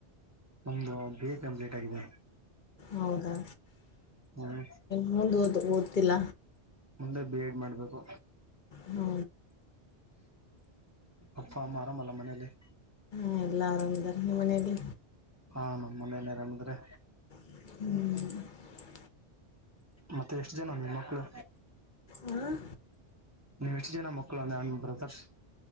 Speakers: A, on the right; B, on the left.
A: ನಮ್ದು ಬಿ ಎ ಕಂಪ್ಲೀಟ್ ಆಗಿದೆ
B: ಹೌದಾ
A: ಹ್ಮ್
B: ಮುಂದ ಓ ಓದ್ತಿಲ್ಲ
A: ದೆ ಬಿ ಎಡ್ ಮಾಡ್ಬೇಕು
B: ಹ್ಮ
A: ಅಪ್ಪ ಅಮ್ಮರಾಮಲ್ಲ ಮನೇೆಯಲ್ಲಿ
B: ಹ ಎಲ್ಲ ಆರದ ನಿಮ್ಮ ಮನೇಲಿ
A: ಹಾಂ ನಮ್ಮ ಮನೆಯಲ್ಲಿೇರಾಮಿದ್ರೆ
B: ಹ್ಮ್
A: ಮತ್ತೆ ಎಷ್ಟು ಜನ ನಿಮ್ಮ ಮಕ್ಕಳು
B: ಹಾಂ
A: ನೀವು ಎಷ್ಟ ಜನ ಮಕ್ಕಳ ಅಂದ ಬ್ರದರ್ಸ್